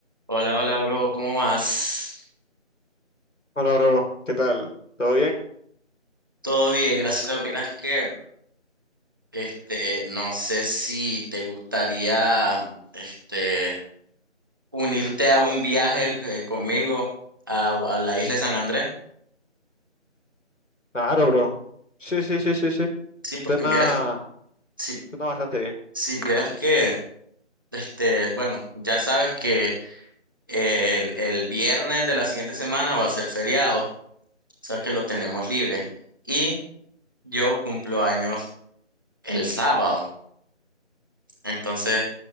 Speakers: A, on the right; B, on the left.
A: Hola, hola, bro, ¿cómo vas?
B: Hola, bro. ¿Qué tal? ¿Todo bien?
A: Todo bien, gracias. Lo que pasa que, este, no sé si te gustaría, este, unirte a un viaje eh, conmigo a, a la isla de San Andrés.
B: Claro, bro. Sí, sí, sí, sí, sí.
A: Sí, porque
B: Suena,
A: vieras, si,
B: suena bastante bien.
A: si vieras que, este, bueno, ya sabes que el, el viernes de la siguiente semana va a ser feriado, o sea que lo tenemos libre. Y yo cumplo años el sábado, entonces.